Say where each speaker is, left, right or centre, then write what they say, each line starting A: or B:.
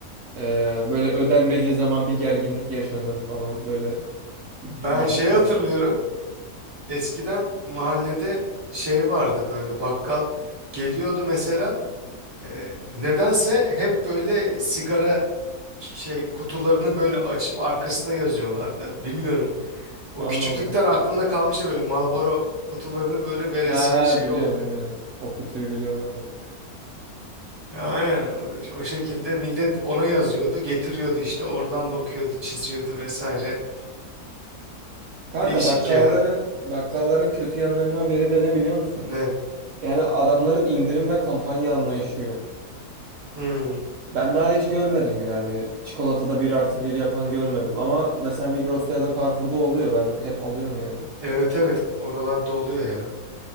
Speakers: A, on the right; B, on the right.
A: Ee, böyle ödenmediği zaman bir gerginlik yaşanır falan. Böyle
B: Ben
A: bakışmalar
B: şeyi hatırlıyorum.
A: falan.
B: Eskiden mahallede şey vardı böyle bakkal geliyordu mesela e, nedense hep böyle sigara şey kutularını böyle açıp arkasına yazıyorlardı. Bilmiyorum. O
A: Allah
B: küçüklükten
A: Allah.
B: aklımda kalmıştı böyle Marlboro kutularını böyle veresiye
A: He he
B: şeyi
A: biliyorum
B: olarak.
A: aynen. O kutuyu biliyorum aynen.
B: Aynen o, o şekilde millet ona yazıyordu, getiriyordu işte oradan bakıyordu, çiziyordu vesaire.
A: Kanka
B: Değişik
A: bakkalların
B: ya.
A: bakkalların kötü yanlarından biri de ne biliyor musun?
B: Ne?
A: Yani adamların indirim ve kampanya anlayışı yok.
B: Hmm.
A: Ben daha hiç görmedim yani. Çikolatada bir artı bir yapan görmedim. Ama mesela Migros'ta ya da Carrefour'da oluyor. Ben hep alıyorum yani.
B: Evet evet oralarda oluyor ya.